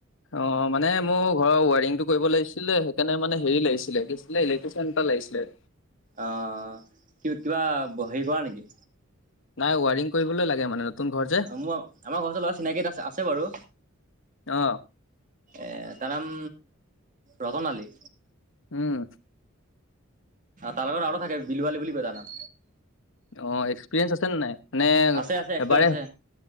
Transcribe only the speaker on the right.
অ কিবা হেৰি কৰা নেকি?
অ মোৰ আমাৰ ঘৰ ওচৰ ল'ৰা চিনাকি এটা আছে বাৰু
এ। তাৰ নাম ৰতন আলী।
তাৰ লগত আৰু থাকে বিলুৱালি বুলি কয় জানাম।
আছে আছে এক্সপিৰিয়েঞ্চ
আছে